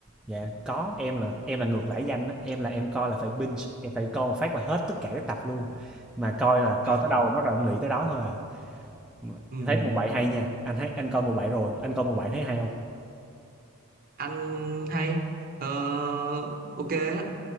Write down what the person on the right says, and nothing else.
Rồi.
Ừm,
Anh hay Ờ, ok á,